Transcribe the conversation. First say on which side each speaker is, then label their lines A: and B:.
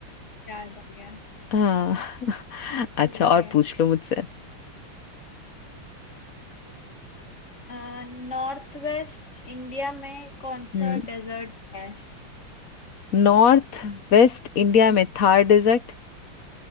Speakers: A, on the left; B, on the left.
A: याद आ गया
B: हाँ अच्छा
A: ठीक
B: और
A: है
B: पूछ लो मुझसे
A: नॉर्थ वेस्ट इंडिया में कौन
B: हम्म
A: सा डेजर्ट है
B: नॉर्थ वेस्ट इंडिया में थार डेजर्ट